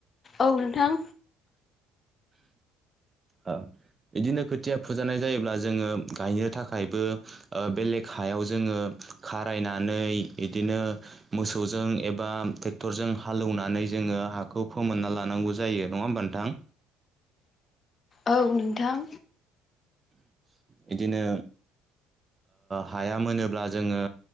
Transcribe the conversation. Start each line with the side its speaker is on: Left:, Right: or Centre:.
Left: औ नोंथां
Right: औ बिदिनो खोथिया फुजानाय जायोब्ला जोङो गायनो थाखायबो बेलेग हायाव जोङो। खारायनानै बिदिनो मोसौजों एबा ट्रेक्टरजों हालौवनानै जों हाखौ फोमोनना लानांगौ जायो नङा होमबथां
Left: औ नोंथां
Right: बिदिनो हाया मोनोब्ला जोङो